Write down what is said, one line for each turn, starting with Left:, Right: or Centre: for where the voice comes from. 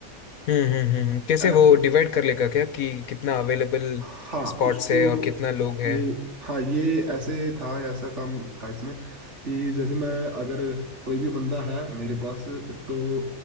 Left: हम्म हम्म, हम्म। कैसे
Right: ऐसा।
Left: वो डिवाइड कर लेगा क्या कि कितना अवेलेबल
Right: हाँ
Left: स्पॉट्स
Right: उसको
Left: है और कितना लोग है
Right: ये हाँ ये ऐसे था ऐसा काम था इसमें कि जैसे मैं अगर कोई भी बंदा है मेरे पास तो